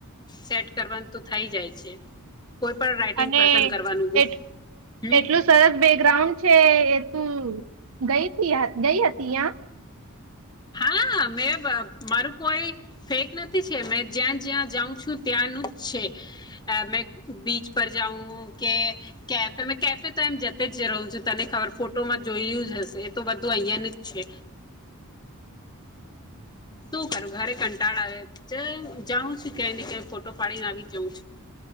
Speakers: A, on the left (about 20°); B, on the right (about 65°).
A: સેટ કરવાનું તો થઈ જાય છે. કોઈ પણ રાઇટિંગ
B: અને
A: પસંદ કરવાનું ગુ
B: એટ
A: હમ
B: એટલું સરસ બેકગ્રાઉન્ડ છે એ તું ગઈતી ગઈ હતી યા
A: હા મેં મારું કોઈ ફેક નથી છે મેં જ્યાં જ્યાં જાઉં છું ત્યાંનું જ છે મેં બીચ પર જાઉં કે કેફે મે કેફે તો એમ જતે જ રહું છું તને ખબર ફોટોમાં જોયું જ હશે એ તો બધું અહિયાંયાનું જ છે શું કરું ઘરે કંટાળ આવે જાઉં છું ક્યાય ને ક ફોટો પાડીને આવી જાઉં છું